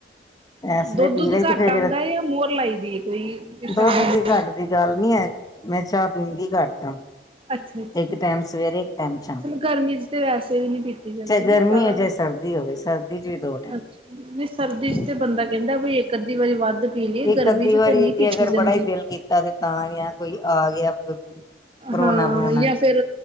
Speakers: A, on the left (about 20°); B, on the right (about 30°).
A: ਇਸ
B: ਦੁੱਧ-ਦੁੱਧ
A: ਵੇਲੇ ਪੀ ਲਈ ਤੇ
B: ਘੱਟ
A: ਫਿਰ ਜਿਹੜਾ
B: ਆਉਂਦਾ ਜਾਂ ਮੋਹਰ ਲਾਈ ਦੀ ਹੈ ਕੋਈ ਕਿਸਾਨ
A: ਦੁੱਧ ਦੀ
B: ਨੂੰ
A: ਘੱਟ ਦੀ ਗੱਲ ਨੀ ਹੈ ਮੈਂ ਚਾਹ ਪੀਂਦੀ ਘੱਟ ਆਂ।
B: ਅੱਛਾ ਅੱਛਾ
A: ਇੱਕ ਟਾਈਮ ਸਵੇਰੇ ਇੱਕ ਟਾਈਮ ਸ਼ਾਮ
B: ਚਲੋ ਗਰਮੀ ਚ ਤੇ ਵੈਸੇ ਵੀ ਨੀ ਪੀਤੀ ਜਾਂਦੀ
A: ਚਾਹੇ
B: ਨਾ
A: ਗਰਮੀ
B: ਚਾਹ
A: ਹੋ ਜਾ ਸਰਦੀ ਹੋਵੇ, ਸਰਦੀ ਚ ਵੀ ਦੋ ਟਾਈਮ।
B: ਅੱਛਾ ਨਹੀਂ ਸਰਦੀ ਚ ਬੰਦਾ ਕਹਿੰਦਾ ਵੀ ਇੱਕ ਅੱਧੀ ਵਾਰੀ ਵੱਧ ਪੀ ਲਈਏ
A: ਇੱਕ
B: ਗਰਮੀ
A: ਅੱਧੀ
B: ਚ
A: ਵਾਰੀ
B: ਤੇ ਨਹੀਂ ਪੀਤੀ
A: ਜੇ ਅਗਰ
B: ਜਾਂਦੀ
A: ਬੜਾ ਹੀ ਦਿਲ ਕੀਤਾ ਤੇ ਤਾਂ ਗਿਆ ਕੋਈ ਆ ਗਿਆ <unintelligible> ਪਰੋਣਾ
B: ਹਾਂ
A: ਪਰੋਣਾ
B: ਜਾਂ ਫੇਰ